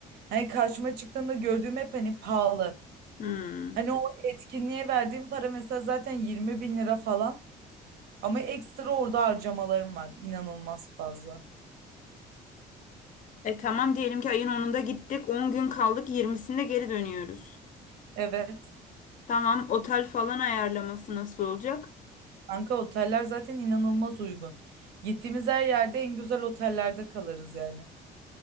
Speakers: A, on the right; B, on the left.
A: Hani karşıma çıktığında gördüğüm hep hani pahalı.
B: Hmm.
A: Hani o etkinliğe verdiğim para mesela zaten yirmi bin lira falan. Ama ekstra orada harcamalarım var. İnanılmaz fazla.
B: E tamam diyelim ki ayın onunda gittik. on gün kaldık. yirmisinde geri dönüyoruz.
A: Evet.
B: Tamam. Otel falan ayarlaması nasıl olacak?
A: Kanka oteller zaten inanılmaz uygun. Gittiğimiz her yerde en güzel otellerde kalırız yani.